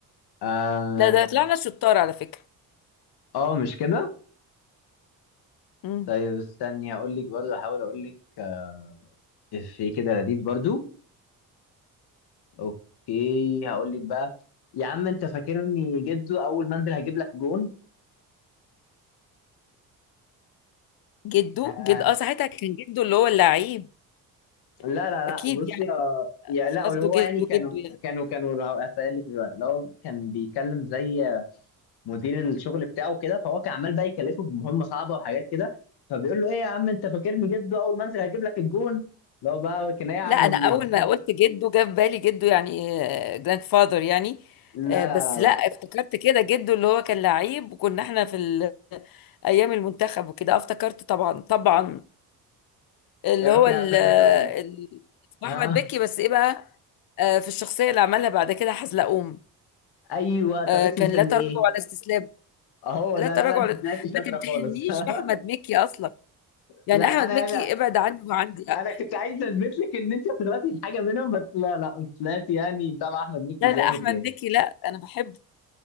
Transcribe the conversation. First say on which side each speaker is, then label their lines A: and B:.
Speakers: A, on the left (about 80°); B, on the left (about 65°).
A: اه
B: ده ده طلعنا شطار على فكرة
A: آه، مش كده
B: مم.
A: طيب استني هقول لك برضو هحاول اقول لك آه، في كده لذيذ برضو اوكي هقول لك بقى يا عم انت فاكرني جدو اول ما انزل هجيب لك جون
B: جده
A: آه
B: جد اه ساعتها كان جده اللي هو اللعيب
A: لا لا لا
B: اكيد
A: بصي
B: يعني
A: آه يا
B: مش
A: لا
B: قصده
A: اللي هو
B: جده
A: يعني كانوا
B: جده يعني
A: كانوا كانوا هسألك دلوقتي اللي هو كان بيتكلم زي مدير الشغل بتاعه كده فهو كان عمال بقى يكلفه بمهمه صعبه وحاجات كده فبيقول له ايه يا عم انت فاكرني جد اول ما انزل هجيب لك الجون لو بقى كنايه عن
B: لا انا
A: ان
B: اول
A: الدنيا
B: ما قلت جده جه في بالي جده يعني جراند فاذر يعني
A: لا
B: آه، بس
A: لا لا
B: لا
A: لا
B: افتكرت كده جده اللي هو كان لعيب وكنا احنا في ال- ايام المنتخب وكده آه، افتكرت طبعا طبعا اللي
A: يا
B: هو
A: بيكون
B: ال-
A: عارف ده
B: ال-
A: كمان
B: اسمه
A: اه
B: احمد بكي بس ايه بقى آه، في الشخصيه اللي عملها بعد كده حزلقوم
A: ايوه طب
B: آه،
A: اسم
B: كان
A: الفيلم
B: لا تراجع
A: ايه؟
B: ولا استسلام
A: اهو
B: لا
A: ده
B: تراجع
A: لا لا انت
B: ولا
A: طلعت شاطره
B: ما تمتحنيش
A: خالص <laughs>
B: باحمد مكي اصلا يعني
A: لا
B: احمد
A: انا
B: مكي
A: يعني
B: ابعد عني وعندي لا
A: انا كنت عايز اثبت لك ان انت طلعتي في حاجه منهم بس لا لا مش طلعتي يعني متابع احمد مكي
B: لا
A: جامد
B: لا، احمد
A: جامد
B: مكي لا انا بحبه